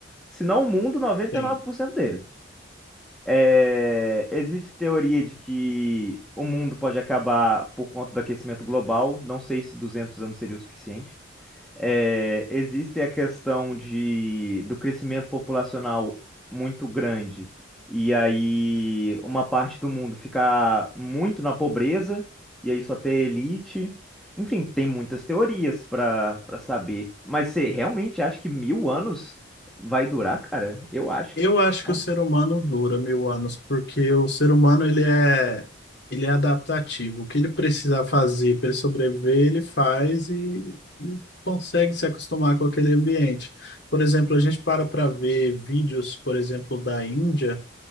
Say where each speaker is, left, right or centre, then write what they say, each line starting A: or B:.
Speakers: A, in the centre; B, on the left.
A: se não o mundo, noventa
B: Sim.
A: e nove por cento dele. É, existe teoria de que o mundo pode acabar por conta do aquecimento global. Não sei se 200 anos seria o suficiente. É, existe a questão de, do crescimento populacional muito grande e aí uma parte do mundo ficar muito na pobreza e aí só ter elite. Enfim, tem muitas teorias para para saber. Mas você realmente acha que mil anos vai durar, cara? Eu acho
B: Eu
A: que
B: acho
A: não.
B: que o ser humano dura mil anos, porque o ser humano ele é, ele é adaptativo. O que ele precisar fazer para ele sobreviver, ele faz e, e consegue se acostumar com aquele ambiente. Por exemplo, a gente para para ver vídeos, por exemplo, da Índia.